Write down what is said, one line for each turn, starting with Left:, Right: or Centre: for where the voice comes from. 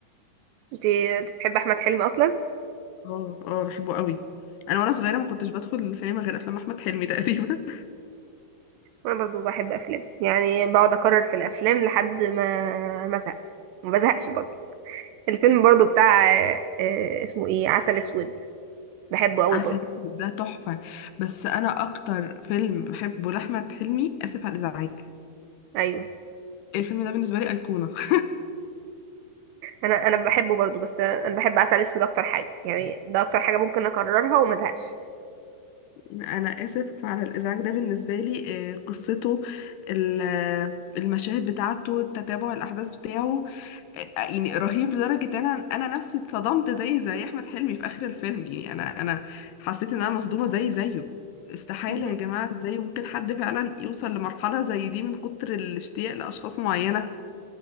Right: انت انت بتحب احمد حلمي اصلا؟
Left: اه اه بحبه قوي انا وانا صغيرة ما كنتش بدخل السينما غير افلام احمد حلمي تقريبا
Right: وانا برضه بحب افلام يعني بقعد اكرر في الافلام لحد ما ما ازهق ما بزهقش برضه الفيلم برضه بتاع آه آه، اسمه ايه عسل اسود بحبه
Left: <laughs>
Right: قوي
Left: عسل
Right: برضه
Left: اسود ده تحفة بس انا اكتر فيلم بحبه لاحمد حلمي اسف على الازعاج
Right: ايوه
Left: الفيلم ده بالنسبة لي ايقونة <laughs>
Right: انا انا بحبه برضو بس انا بحب عسل اسود اكتر حاجه يعني ده اكتر حاجه ممكن اكررها وما ازهقش
Left: انا اسف على الازعاج ده بالنسبه لي آه، قصته ال- آه، المشاهد بتاعته تتابع الاحداث بتاعه آه، يعني رهيب لدرجه ان انا انا نفسي اتصدمت زي زي احمد حلمي في اخر الفيلم يعني انا انا حسيت ان انا مصدومه زي زيه استحاله
Right: مهم.
Left: يا جماعه ازاي ممكن حد فعلا يوصل لمرحله زي دي من كتر الاشتياق لاشخاص معينه